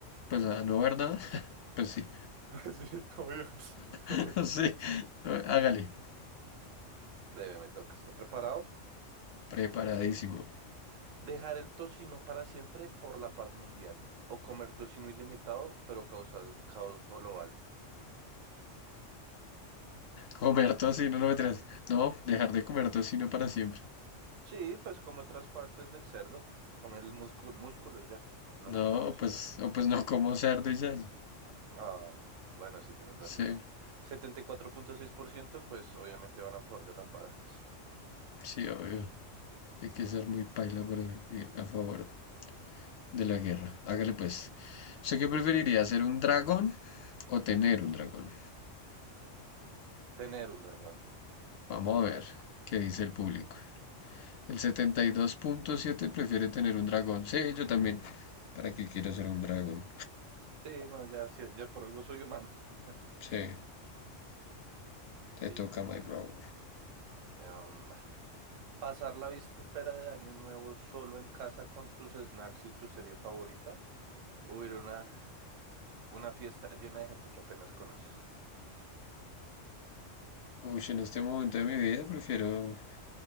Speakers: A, on the left; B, on the right.
A: Pues a no ver nada, <laughs> pues sí,
B: <laughs> Sí, obvio.
A: <laughs>
B: <laughs>
A: sí, hágale,
B: Breve, me toca. ¿Estás preparado?
A: preparadísimo.
B: Dejar el tocino para siempre por la paz mundial o comer tocino ilimitado pero causar caos global.
A: Comer tocino, no me traes. No, dejar de comer tocino para siempre.
B: Sí, pues come otras partes del cerdo, come el músculo, músculo y ya, no
A: No,
B: come tocino
A: pues,
B: ya.
A: o pues no como cerdo y ya.
B: Ah, bueno, sí tienes razón.
A: Sí,
B: setenta y cuatro punto seis por ciento pues obviamente van a favor de la paz.
A: sí, obvio. Hay que ser muy paila para ir a favor de la guerra. Hágale pues. ¿Usted
B: Entonces,
A: qué preferiría, ser un dragón o tener un dragón?
B: Tener un dragón.
A: Vamos a ver qué dice el público. El setenta y dos punto siete prefiere tener un dragón. Sí, yo también. ¿Para qué quiero ser un dragón?
B: Sí, no, ya, sí, ya por algo soy humano. <laughs>
A: Sí, te
B: Listo,
A: toca, my
B: brother.
A: bro.
B: Em, pasar la víspera de Año Nuevo solo en casa con tus snacks y tu serie favorita. Hubiera una Una fiesta llena de gente que apenas conoces.
A: Uy, en este momento de mi vida prefiero